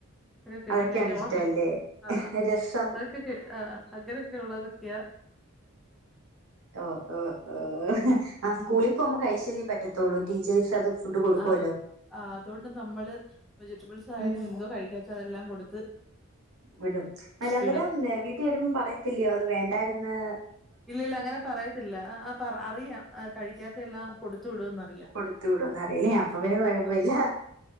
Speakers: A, in the centre; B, on the right.
A: ര് കിട്ടി
B: അതൊക്കെയാണ്
A: കഴിഞ്ഞ
B: ഇഷ്ടല്ലേ
A: ഒറ ആഹ്
B: രസം
A: അതൊക്കെ ആഹ് അങ്ങനെ ക്കെള്ളതൊക്യാ
B: ഒഹ് ഒഹ് ഓഹ് ആഹ് സ്കൂളിപ്പൊവുമ്പൊ
A: ഉം
B: കഴിച്ചല്ലേ പ റ്റത്തുള്ളൂ ട്ടിച്ചേഴ്സ് അത് ഫുഡ് കൊടുക്കുവല്ലോ
A: അത് ആഹ് അതോണ്ട് നമ്മള് വെജിറ്റബിൾസ് ആയാലും
B: ഉം
A: എന്തോ കഴിക്കാത്തെ അതെല്ലാം കൊടുത്ത്
B: വിടും അല്ലാ
A: വിടും
B: അന്നരം വീട്ടിൽ വരുമ്പോം പറയത്തില്ല്യോ അത് വേണ്ടാര്ന്ന്
A: ഇല്ലില്ല അങ്ങനെ പറയത്തില്ല അറിയാം കഴിക്കാത്തെല്ലാം കൊടുത്തു വിടൂന്ന് <unintelligible>
B: കൊടുത്തു വിടോന്ന് അറിയില്ലേ
A: യ്യാം
B: അപ്പൊ പിന്നെ കൊഴപ്പമില്ല